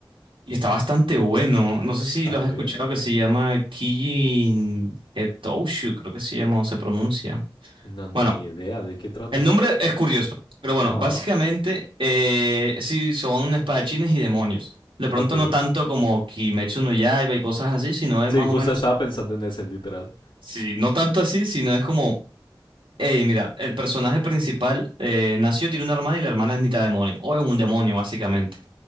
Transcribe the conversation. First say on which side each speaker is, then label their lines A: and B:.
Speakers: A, on the right; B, on the left.
A: Y está bastante bueno. No sé si
B: a
A: lo
B: ver.
A: has escuchado que se llama Kijin Hetoushu, creo que se llama o se pronuncia.
B: No, ni
A: Bueno,
B: idea de qué trata.
A: el nombre es curioso, pero bueno,
B: Ajá.
A: básicamente eh, sí son espadachines y demonios. De pronto
B: Ok.
A: no tanto como Kimetsu no Yaiba y cosas así, sino es
B: Sí,
A: más
B: justo
A: o menos,
B: estaba pensando en ese, literal.
A: sí, no tanto así, sino es como, hey, mira, el personaje principal eh, nació, tiene una hermana y la hermana es mitad demonio, o es un demonio básicamente.